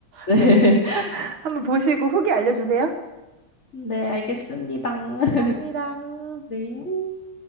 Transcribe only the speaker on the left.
네.
<laughs>
네, 알겠습니다.
<laughs> 네.